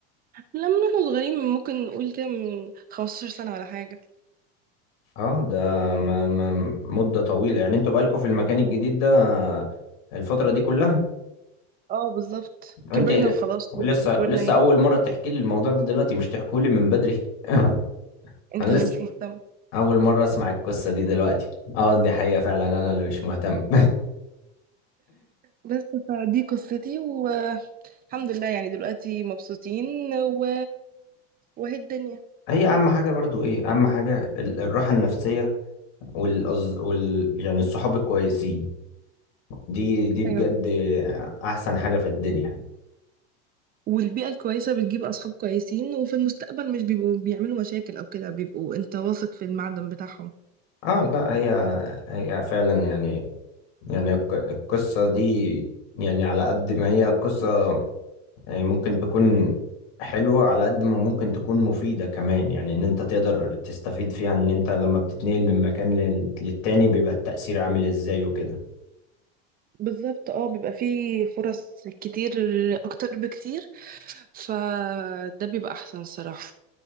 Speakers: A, on the right; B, on the left.
A: لما احنا صغيرين ممكن نقول كده من 15 سنه ولا حاجه
B: اه ده ما ما مدة طويلة يعني انتوا بقالكوا في المكان الجديد ده الفترة دي كلها؟
A: اه بالظبط
B: انت
A: كبرنا وخلاص
B: ولسه
A: وكبرنا
B: لسه
A: هنا
B: أول مرة تحكي لي الموضوع ده دلوقتي مش تحكوا لي من بدري <laughs>
A: انت
B: أنا
A: اللي
B: لسه
A: مش مهتم
B: أول مرة أسمع القصة دي دلوقتي اه دي حقيقة فعلا أنا اللي مش مهتم
A: بس فدي قصتي والحمد لله يعني دلوقتي مبسوطين و... وهي الدنيا
B: هي اهم حاجه برضو ايه اهم حاجه ال- الراحه النفسيه والأز... وال يعني الصحاب الكويسين دي دي بجد
A: ايوه
B: احسن حاجه في الدنيا
A: والبيئة الكويسة بتجيب أصحاب كويسين وفي المستقبل مش بيبقوا بيعملوا مشاكل أو كده بيبقوا أنت واثق في المعدن بتاعهم
B: اه لا هي هي فعلا يعني يعني الق- القصه دي يعني على قد ما هي قصه يعني ممكن تكون حلوه على قد ما ممكن تكون مفيده كمان يعني ان انت تقدر تستفيد فيها ان انت لما بتتنقل من مكان لل- للتاني بيبقى التأثير عامل ازاي وكده
A: بالظبط اه بيبقى فيه فرص كتير اكتر بكتير فده بيبقى احسن الصراحة